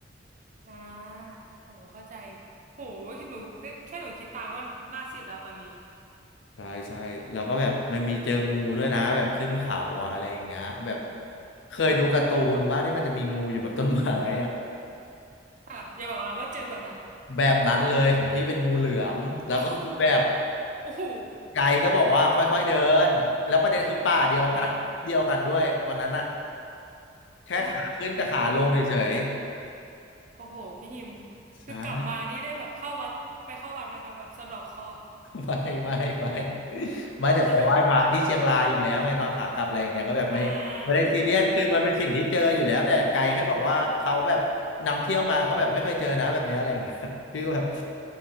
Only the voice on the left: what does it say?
ใช่ใช่แล้วก็แบบมันมีเจองูด้วยนะแบบขึ้นเขาอะอะไรอย่างเงี้ยแบบเคยดูการ์ตูนบ้าที่มันจะมีงูอยู่บนต้นไม้อ่ะ
แบบนั้นเลยของพี่เป็นงูเหลือมแล้วก็คือแบบ
ไกด์ก็บอกว่าค่อยๆเดินแล้วประเด็นคือป่าเดียวกันเดียวกันด้วยวันนั้นอะ
แค่ขาขึ้นกับขาลงเฉย
ๆใช่
ไม่ไม่ไม่
ไม่แต่ไปไหว้พระที่เชียงรายอยู่แล้วไงตอนขากลับอะไรอย่างเงี้ยก็แบบไม่ไม่ได้ซีเรียสคือมันเป็นสิ่งที่เจออยู่แล้วแต่ไกลแค่บอกว่าเขาแบบนำเที่ยวมาเขาแบบไม่เคยเจอนะแบบเนี้ยอะไรอย่างเงี้ย
<laughs> พี่ก็แบบ